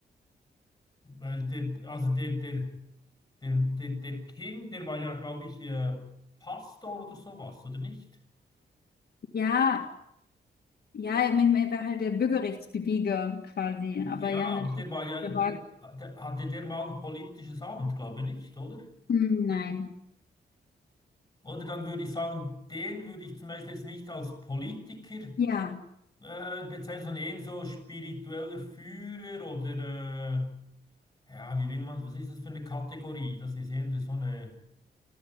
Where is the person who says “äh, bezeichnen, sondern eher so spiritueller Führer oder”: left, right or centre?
Left